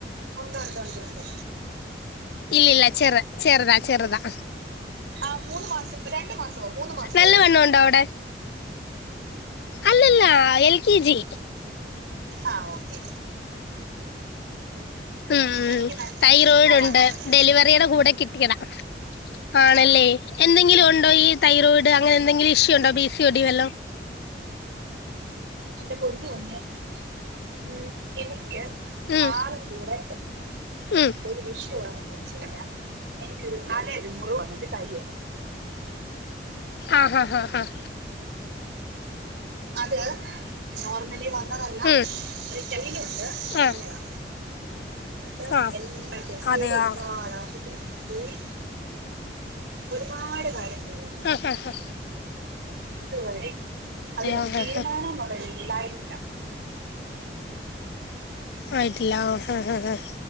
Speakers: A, on the right; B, on the left.
A: ഉണ്ട് ഉണ്ട് ഉണ്ട് ഉണ്ട്
B: ഇല്ല ല്ല ചെറ ചെറുതാ ചെറുതാ
A: ആഹ് മൂന്ന് മാസം രണ്ട് മാസമോ മൂന്ന് മാസമോ
B: നല്ല വണ്ണമുണ്ടോ അവിടെ? അല്ലല്ല എൽ കെ ജി.
A: ആഹ് ഓക്കെ
B: ഉം
A: എനിക്ക് നല്ല
B: തൈറോയ്ഡ് ഉണ്ട്.
A: വണ്ണമുണ്ട്
B: ഡെലിവറിയുടെ കൂടെ കിട്ടിയത ആണല്ലേ
A: ആ
B: എന്തെങ്കിലും ഉണ്ടോ ഈ തൈറോയ്ഡ് അങ്ങനെ എന്തെങ്കിലും ഇഷ്യൂ ഉണ്ടോ പിസി ഒടി വല്ലോം
A: എന്റെ പൊന്നുകുഞ്ഞെ ഉം എനിക്ക്
B: ഉം
A: ആക ക്കൂടെ
B: ഉം
A: ഒരു വിഷയണെന്ന് വെച്ച കഴിഞ്ഞാൽ എനിക്കൊരു കാലേ ഒരു മുറി വന്നിട്ട് കരിയേല
B: ആഹ് ആഹ് ആഹ് ആഹ്
A: അത് നോർമലി വന്ന് ന്നതല്ല
B: ഉം
A: അതിറ്റലിലുണ്ട്
B: ആ
A: കുഞ്ഞതാ എന്നിട്ട്
B: ആ
A: എല്ലാം ടെസ്റ്റ്
B: അതെയോ
A: ചെയ്ത് ഒരുപാട്ആശുപത്രി
B: ആ
A: പോ പോയി ഒരുപാട് കാര്യം ണ്ടയില്
B: ആഹ് ആഹ്
A: ഇതുവരെ അതിനൊരു
B: ആ ഹാ
A: തീരുമാനുള്ള
B: ഹാ
A: രീതിയിലായിട്ടില്ല
B: ആയിട്ടില്ല ആഹ് ആഹ് ആഹ്